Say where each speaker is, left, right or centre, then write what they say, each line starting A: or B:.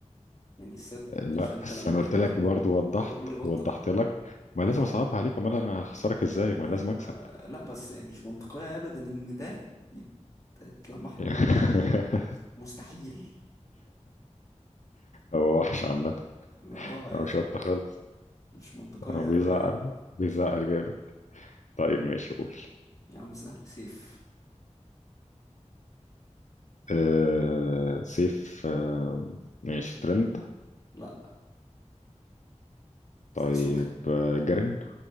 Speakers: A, on the left (about 30°); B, on the left (about 75°).
A: يعني الست
B: لا
A: عشان
B: بس
A: تلمح
B: انا قلت
A: لي
B: لك
A: عنه
B: برضه وضحت
A: تقول لي قطة
B: وضحت لك ما لازم اصعبها عليك امال انا هخسرك ازاي
A: يعني
B: ما لازم اكسب
A: ما لا بس يعني مش منطقية ابدا ان ده يت- يتلمح له
B: <laughs>
A: بقطة مستحيل
B: هو وحش عامه
A: ما- اه يعني
B: هو شط خالص
A: مش منطقية
B: هو بيزعل
A: أبدا يعني
B: بيزعل جامد طيب ماشي قول
A: يا عم سهل سيف
B: آه سيف آه ماشي ترند
A: لا
B: طيب
A: سكسوكة
B: آه جرين